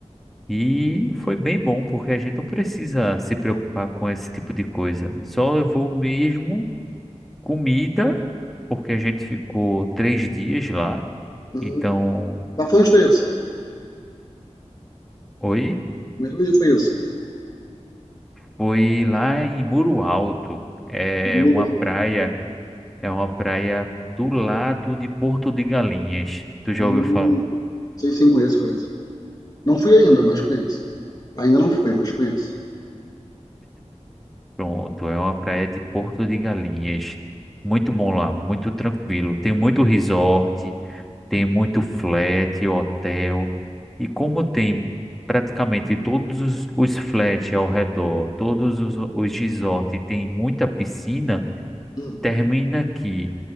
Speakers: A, in the centre; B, on the left.
A: E foi bem bom, porque a gente não precisa se preocupar com esse tipo de coisa. Só levou mesmo comida, porque a gente ficou três dias lá.
B: Uhum.
A: Então,
B: Mas foi isso?
A: oi,
B: Mesmo dia foi isso?
A: foi lá em Muro Alto. É
B: Milhão.
A: uma praia É uma praia do lado de Porto de Galinhas. Tu já
B: Hum.
A: ouviu falar?
B: Sei sim, conheço, conheço. Não fui ainda, mas conheço. Ainda não fui,
A: Por-
B: mas conheço.
A: Pronto, é uma praia de Porto de Galinhas. Muito bom lá, muito tranquilo. Tem muito resort, tem muito flat, hotel. E como tem praticamente todos os, os flats ao redor, todos os, os resorts, tem muita piscina,
B: Hum.
A: termina que